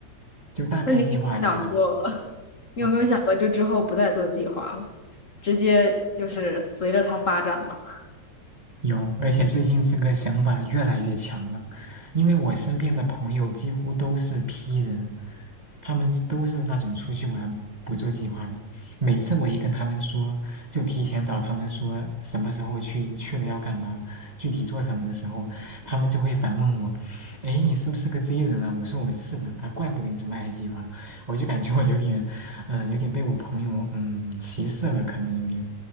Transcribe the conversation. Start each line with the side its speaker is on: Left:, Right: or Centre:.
Right: 就大概计划一下就好。
Left: 那你有没有想过，<laughs> 你有没有想过，
Right: 嗯。
Left: 就之后不再做计划了，直接就是随着它发展吧？
Right: 有，而且最近这个想法越来越强了，因为我身边的朋友几乎都是 P 人，他们都是那种出去玩不做计划的。每次我一跟他们说，就提前找他们说什么时候去，去了要干嘛，具体做什么的时候，他们就会反问我：“哎，你是不是个 J 人啊？”我说：“我是的啊，怪不得你这么爱计划。”我就感觉我有点，嗯、呃有点被我朋友嗯歧视了，可能有点，